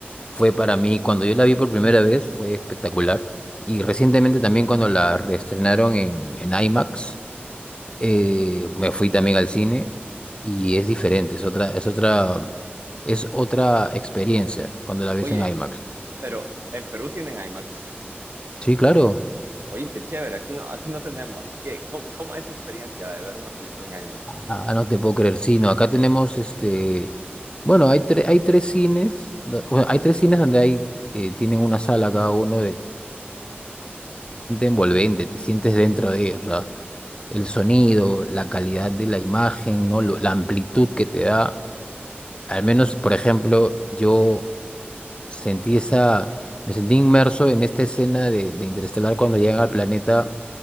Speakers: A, on the left (about 25°); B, on the right (about 70°).
A: fue para mí, cuando yo la vi por primera vez, fue espectacular. Y recientemente también cuando la reestrenaron en, en IMAX, eh, me fui también al cine y es diferente, es otra, es otra, es otra experiencia cuando la ves
B: Oye,
A: en IMAX.
B: pero en Perú tienen IMAX.
A: Sí, claro.
B: Oye, qué chévere, aquí no, aquí no tenemos. Así que, ¿cómo, cómo es esa experiencia de ver una película en IMAX?
A: Ah, no te puedo creer, sí, no, acá tenemos este, bueno, hay, tre- hay tres cines, do- o sea, hay tres cines donde hay, eh, tienen una sala cada uno de, de envolvente, te sientes dentro de ella, o sea, el sonido, la calidad de la imagen, ¿no? Lo- la amplitud que te da, al menos, por ejemplo, yo sentí esa, me sentí inmerso en esta escena de, de Interestelar cuando llegan al planeta,